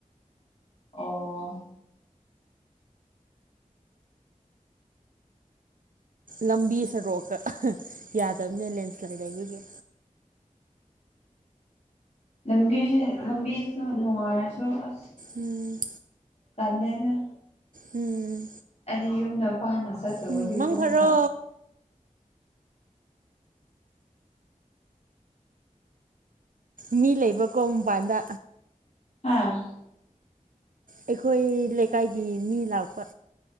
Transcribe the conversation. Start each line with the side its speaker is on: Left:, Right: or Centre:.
Left: ꯑꯣ
Right: ꯂꯝꯕꯤ ꯁꯣꯔꯣꯛꯀ ꯌꯥꯗꯕꯅꯦ ꯂꯦꯟꯁ꯭ꯂꯥꯏꯠ ꯂꯩꯕꯒꯤꯦ
Left: ꯂꯝꯕꯤꯁꯦ ꯂꯝꯕꯤꯁꯨ ꯅꯨꯡꯉꯥꯏꯔꯁꯨ ꯑꯁ
Right: ꯎꯝ
Left: ꯀꯂꯦꯗ
Right: ꯎꯝ
Left: ꯑꯩꯗꯤ ꯌꯨꯝꯗ ꯄꯥꯝꯅ ꯆꯠꯇꯕꯒꯤꯒꯨꯝꯕ
Right: ꯎꯝ ꯃꯪ ꯐꯔꯣ ꯃꯤ ꯂꯩꯕꯀꯣ ꯃꯄꯥꯟꯗ
Left: ꯑꯥ
Right: ꯑꯩꯈꯣꯏ ꯂꯩꯀꯥꯏꯒꯤ ꯃꯤ ꯂꯥꯛꯄ